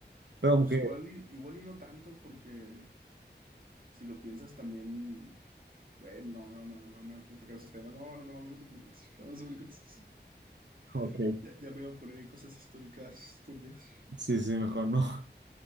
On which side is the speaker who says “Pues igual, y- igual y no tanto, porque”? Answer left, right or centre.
Right